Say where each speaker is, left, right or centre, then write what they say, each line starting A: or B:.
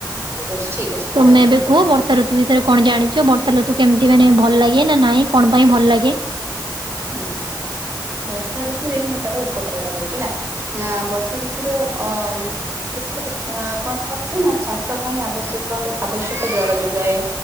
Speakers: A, on the right; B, on the right.
A: ଠିକ ଅଛି ଠିକ ଅଛି ତାହେଲେ
B: ତମେ
A: ହୁଁ
B: ଏବେ କୁହ ବର୍ଷା ଋତୁ ବିଷୟରେ କଣ ଜାଣିଛ ବର୍ଷା ଋତୁ କେମିତି ମାନେ ଭଲ ଲାଗେ ନା ନାଇଁ କଣ ପାଇଁ ଭଲ ଲାଗେ
A: ହୁଁ ବର୍ଷା ଋତୁରେ ମୁଁ ତଟା ଉପକାରତା କହୁଛି ହେଲା ବର୍ଷା ଋତୁ ଆର ଅ ଏଥିରେ ଅ କଣ କରିବେ ନା ଚାଷ ପାଇଁ ଆବଶ୍ୟକ ଆବଶ୍ୟକ ଜଳ ଯୋଗାଏ